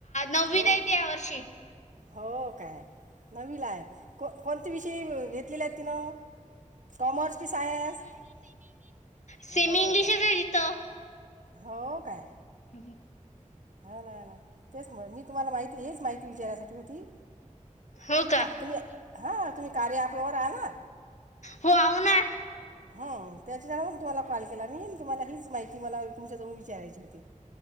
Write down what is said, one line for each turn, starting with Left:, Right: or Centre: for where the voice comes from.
Left: नववीत
Right: हो
Left: आहे या वर्षी.
Right: हो काय नववीला आहे कोणते विषय घेतलेले आहेत तिनं. कॉमर्स कि सायन्स सेमी इंग्लिश
Left: सेमी
Right: हो
Left: इंग्लिशच
Right: काय.
Left: आहे तिथं
Right: हो काय.
Left: <inaudible>
Right: हो ना तेच मी तुम्हाला माहिती हेच माहिती विचारायसाठी होती.
Left: हो का
Right: हा तुम्ही कार्या ऍपवर आहे ना.
Left: हो आहे ना.
Right: हो त्याच्यावरून तुम्हाला कॉल केला मी तुम्हाला हीच माहिती मला तुमच्याजवळ विचारायची होती.